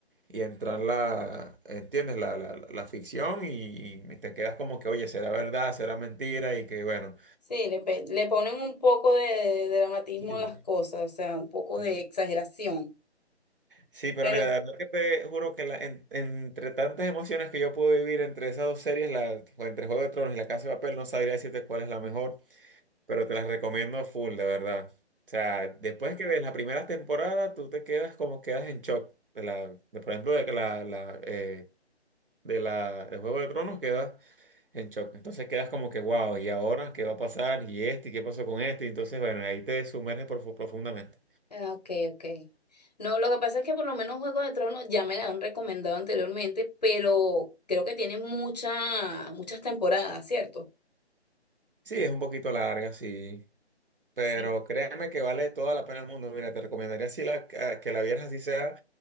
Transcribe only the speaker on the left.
Sí, le, pe- le ponen un poco de, de dramatismo
a las cosas, o sea, un poco
de exageración.
Pero
Ah, Ok, ok. No, lo que pasa es que por lo menos Juego de Tronos ya me la han recomendado anteriormente, pero creo que tiene mucha, muchas temporadas, ¿cierto?
Sí.